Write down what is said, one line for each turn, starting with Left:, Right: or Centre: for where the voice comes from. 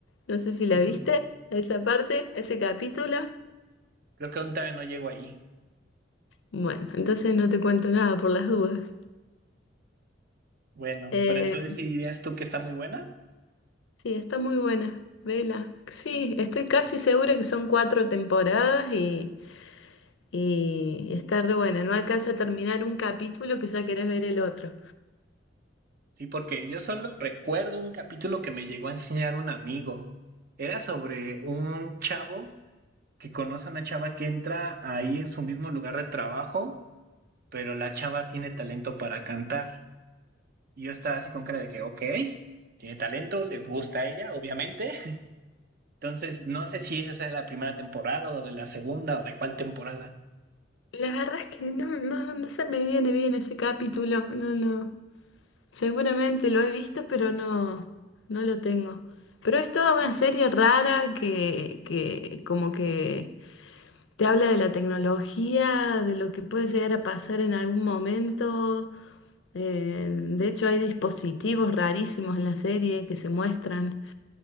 Left: No sé si la
Right: Ujú.
Left: viste, esa parte, ese capítulo.
Right: Creo que aún todavía no llego ahí.
Left: Bueno, entonces no te cuento nada por las dudas.
Right: Bueno,
Left: Eh,
Right: pero entonces si dirías tú que está muy buena?
Left: sí, está muy buena, vela. Sí, estoy casi segura que son cuatro temporadas y, y está re buena. No alcanza a terminar un capítulo que ya querés ver el otro.
Right: Sí, porque yo solo recuerdo un capítulo que me llegó a enseñar un amigo. Era sobre un chavo que conoce a una chava que entra ahí en su mismo lugar de trabajo, pero la chava tiene talento para cantar. Y yo estaba así con cara de que, ok, tiene talento, le gusta a ella, obviamente. <laughs> Entonces, no sé si esa sea la primera temporada o de la segunda o de cuál temporada.
Left: La verdad es que no, no, no se me viene bien ese capítulo. No, no. Seguramente lo he visto, pero no, no lo tengo. Pero es toda una serie rara que, que como que te habla de la tecnología, de lo que puede llegar a pasar en algún momento. Eh, de hecho, hay dispositivos rarísimos en la serie que se muestran.